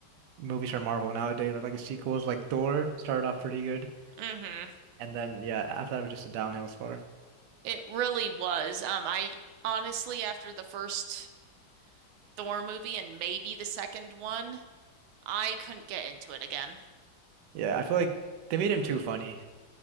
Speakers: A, on the right; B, on the right.
A: movies from Marvel nowadays. Like, like the sequels, like Thor started off pretty good,
B: hmm
A: and then yeah, after that it was just a downhill spiral.
B: It really was. Um, I honestly, after the first Thor movie and maybe the second one, I couldn't get into it again.
A: Yeah, I feel like they made him too funny.